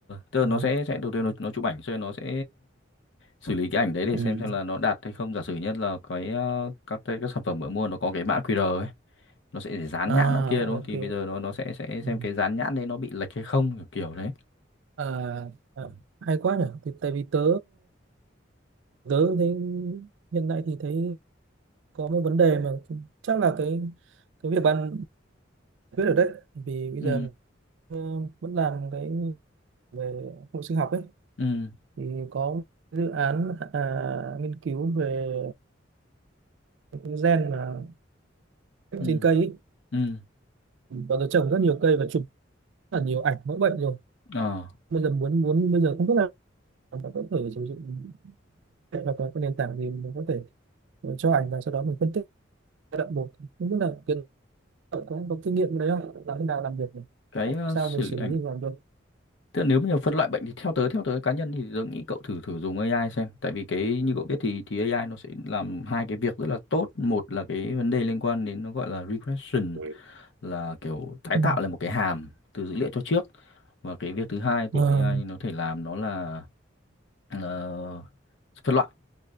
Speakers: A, on the left (about 70°); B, on the right (about 70°).
A: tức là
B: à,
A: nó sẽ sẽ đầu tiên nó nó chụp ảnh rồi nó sẽ xử lý cái ảnh đấy để
B: ừ.
A: xem xem là nó đạt hay không giả sử nhất là cái ờ, các cái, các sản phẩm mới mua nó có cái mã QR ấy nó sẽ dán nhãn
B: à
A: nữa kia đúng không
B: ok
A: thì bây giờ nó nó sẽ sẽ
B: ừ.
A: xem cái dán nhãn đấy nó bị lệch hay không kiểu kiểu đấy
B: à, à,
A: Ừ.
B: hay quá nhỉ thì tại vì tớ tớ thấy hiện tại thì thấy có một vấn đề mà chắc là cái cái việc bạn giải quyết được đấy vì bây
A: ừ
B: giờ ờ, vẫn làm cái về hội sinh học ấy
A: ừ
B: thì có dự án à, nghiên cứu về cái gen mà
A: ừ
B: trên cây ấy
A: ừ
B: và tôi trồng rất nhiều cây và chụp rất là nhiều ảnh mẫu bệnh rồi
A: ờ
B: bây giờ muốn muốn bây giờ không biết là bạn có thể sử dụng hoặc là cái nền tảng gì mình có thể ờ, cho ảnh và sau đó mình phân tích giai đoạn một không biết là kiến có có kinh nghiệm đấy không làm thế nào làm việc này
A: cái ờ,
B: sao
A: xử
B: mình xử
A: lý ảnh
B: lý như làm được
A: tức là nếu mà phân loại bệnh thì theo tớ theo tớ cá nhân thì tớ nghĩ cậu thử thử dùng AI xem tại vì cái như cậu biết thì thì AI nó sẽ làm hai cái việc rất là tốt một là cái vấn đề liên quan đến nó gọi là regression
B: ừ.
A: là kiểu tái
B: Ừ.
A: tạo lại một cái hàm từ dữ liệu cho trước và cái việc thứ hai của
B: Ờ.
A: AI nó thể làm nó là, là phân loại